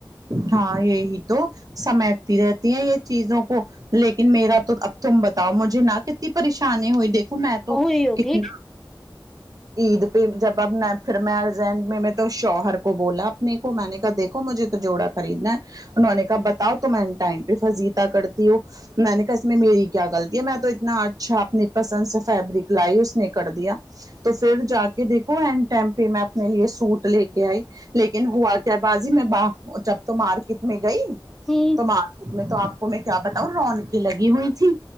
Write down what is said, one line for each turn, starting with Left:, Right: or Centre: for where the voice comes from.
Right: ہاں یہی تو سمیٹتی رہتی ہیں یہ چیزوں کو لیکن میرا تو ا تم بتاؤ مجھے نہ کتنی پریشانی ہوئی دیکھو میں تو
Centre: وہی ہوگی
Right: کتنی عید پہ جب اب میں پھر میں ارجینٹ میں میں تو شوہر کو بولا اپنے کو میں نے کہا دیکھو مجھے جوڑا خریدنا ہے انہوں نے کہا بتاؤ تو میں ان ٹائم پہ فضیتاہ کرتی ہو میں نے کہا اس میں میری کیا غلطی ہے میں تو اتنا اچھا اپنی پسند سے فیبرک لائی اس نے کر دیا تو پھر جا کے دیکھو اینڈ ٹم پہ میں اپنے لیے سوٹ لے کے آئی لیکن ہوا کیا بازی میں ب جب تو مارکیٹ میں گئی
Centre: ہوں
Right: تو مارکیٹ میں تو آپ میں کیا بتاؤں رونقی لگی ہوئی تھی